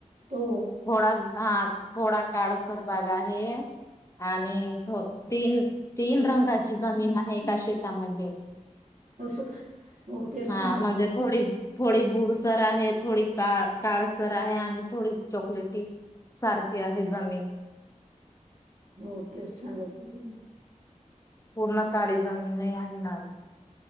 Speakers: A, on the right; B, on the left.
A: तो.
B: थोडा हा थोडा काळसर भाग आहे आणि थ तीन तीन रंगाची जमीन आहे एका शेतामध्ये.
A: तस का हो तेच सांगत
B: हा म्हणजे
A: होते.
B: थोडी थोडी बुरसर आहे थोडी काळ काळसर आहे आणि थोडी. चॉकलेटी सारखी आहे जमीन.
A: हो तेच सांगत ब त
B: पूर्ण काळी जमीनही आहे ना आमची.